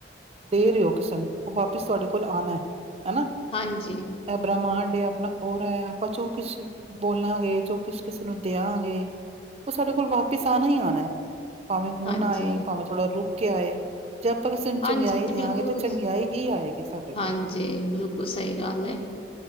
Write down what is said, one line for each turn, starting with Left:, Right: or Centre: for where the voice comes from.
Right: ਦੇ ਰਹੇ ਹੋ ਕਿਸੇ ਨੂੰ ਉਹ ਵਾਪਿਸ ਤੁਹਾਡੇ ਕੋਲ ਆਉਣਾ ਹੈ ਹਨਾ
Left: ਹਾਂਜੀ
Right: ਇਹ ਬ੍ਰਹਮਾਂਡ ਹੈ ਆਪਣਾ ਰ ਆਪਾਂ ਜੋ ਕਿਛ ਬੋਲਾਂਗੇ ਜੋ ਕੁਛ ਕਿਸੇ ਨੂੰ ਦਿਆਂਗੇ ਉਹ ਸਾਡੇ ਕੋਲ ਵਾਪਿਸ ਆਉਣਾ ਹੀ ਆਉਣਾ ਭਾਵੇਂ ਹੁਣ
Left: ਹਾਂਜੀ
Right: ਆਏ ਭਾਵੇਂ ਥੋੜ੍ਹਾ ਰੁਕ ਕੇ ਆਏ ਜੇ ਆਪਾਂ ਕਿਸੇ ਨੂੰ ਚੰਗਿਆਈ
Left: ਹਾਂਜੀ
Right: ਦੇਿਆਂਗੇ
Left: ਬਿਲਕੁਲ
Right: ਤਾਂ ਚੰਗਿਆਈ ਹੀ ਆਏਗੀ ਸਾਡੇ ਕੋਲ
Left: ਹਾਂਜੀ ਬਿਲਕੁਲ ਸਹੀ ਗੱਲ
Right: ਹੈ